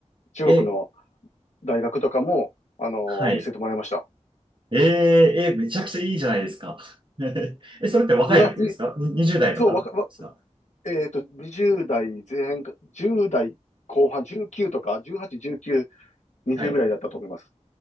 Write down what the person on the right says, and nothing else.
え、
はい。えー、えー、めちゃくちゃいいじゃないですか。<laughs> え、それって若い時ですかに
?20 代とかですか
はい。